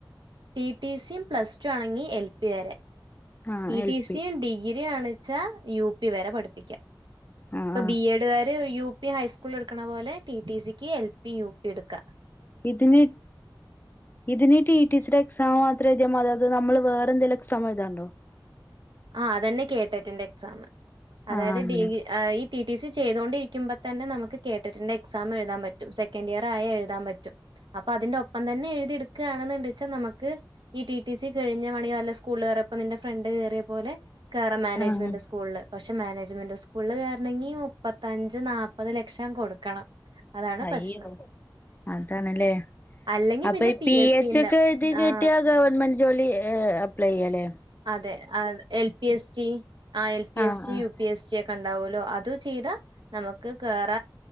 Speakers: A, on the right; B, on the left.
A: ടിടി സിയും പ്ലസ് ടു അണങ്ങി എൽ പി വരെ
B: ആഹ് എൽ
A: ടി
B: പി
A: സിയും ഡിഗ്രിയ ആണ് ച്ച യു പി വരെ പഠിപ്പിക്കാം
B: ആഹ്
A: ഇപ്പൊ
B: ആഹ്
A: ബി എഡുകാര് യു പി ഹൈസ്കൂൾ എടുക്കണ പോലെ ടി ടി സിക്ക് എൽ പി യു പി എടുക്ക
B: ഇത്നി ഇത്നിിട്ട് ഈ ടീച്ചർ എക്സാാം മാത്ര അത അത് നമ്മള് വേറെ എന്തെങ്കലും എക്സമ ഇതാണ്ടോ
A: ആഹ് അതന്നെ കേട്ടെറ്റന്റെ എക്സാം അതായത്െ
B: ആഹ് അങ്ങനെ
A: ഡഹ് ടി സി ചെയ്തുകണ്ടിരിക്കുമ്പോ തന്നെ നമു കേട്ടിട്ട്ന്റെ എക്സാം എഴുാൻ പറ്റും സെക്കൻഡ് ഇയർ ആയ എഴുതാൻ പറ്റും അപ്പോ അതിൻന്റെ ഒപ്പം തന്നെ എഴുതി എടുക്കുകണുണ്ട വെച്ചാൽ നമുക്ക് ടി സി കഴിഞ്ഞ മണി വല്ല സ്കൂള്ൾ കറിയപ്പോ നിൻന്റെ ഫ്രണ്ട് കയറിയ പോലെ കറ മാനേജ്മെന്റ്
B: ആഹ്
A: സ്കൂള പക്ഷെ പക്ഷെ മാനേജ്മെന്റ് സ്കൂളിൽ കേറണെങ്കി മുപ്പത്തഞ്ച് നാല്പ്പത് ലക്ഷം കൊടുക്കണം അതാണ്
B: അയ്യോ
A: പ്രശ്നം
B: അതണല്ലേ
A: അല്ലെങ്കിൽ
B: അപ്പൊ
A: പിന്നെ
B: പി എസ്
A: സിന്റെ
B: സി ഒക്കെ ഇത് കേട്ടിയ
A: ആ
B: ഗവൺമെന്റ് ജോലി അപ്ലൈ ചെയ്യല്ലേ
A: അതെ എൽ പി എസ്റ്റി ആ എൽ പി
B: ആഹ്
A: എസ് ി
B: ആഹ്
A: യു പി എസ്റ്റി ഒക്കെ ഉണ്ടാവുമല്ലോ അ അത് ചെയ്താ നമുക്ക് കേറ